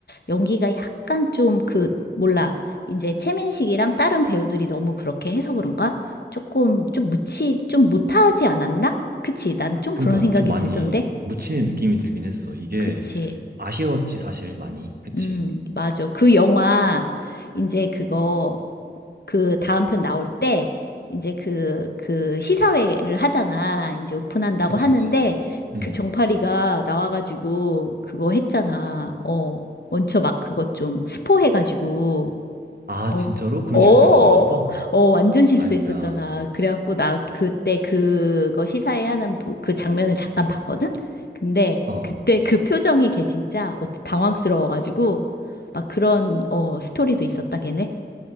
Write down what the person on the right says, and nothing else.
그러니까
좀 많이
묻히는 느낌이 들긴 했어. 이게
아쉬웠지 사실 많이. 그치?
그치,
그치. 음.
아,
진짜로? 그런
실수를 저질렀어?
아이고야.
어. 어.